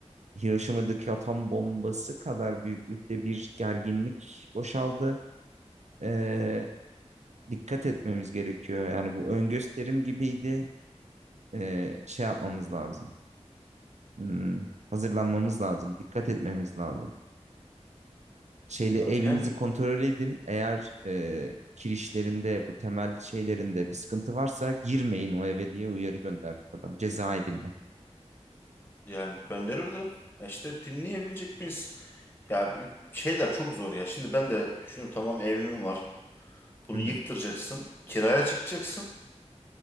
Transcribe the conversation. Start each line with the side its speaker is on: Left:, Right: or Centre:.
Right: Hiroşima'daki atom bombası kadar büyüklükte bir gerginlik boşaldı. Eee, dikkat etmemiz gerekiyor. Yani bu ön gösterim gibiydi. Ee, şey yapmamız lazım. Hmm, hazırlanmamız lazım. Dikkat etmemiz lazım. Şeyle
Left: Ya
Right: evinizi
Left: yani
Right: kontrol edin. Eğer e, kirişlerinde bu temel şeylerinde bir sıkıntı varsa girmeyin o eve diye uyarı gönderdi adam cezaevinden.
Left: Yani gönderir de e işte dinleyebilecek miyiz? Ya bir- şeyler çok zor ya. Şimdi ben de düşünüyorum tamam evim var. Bunu
Right: Hı hı.
Left: yıktıracaksın. Kiraya çıkacaksın.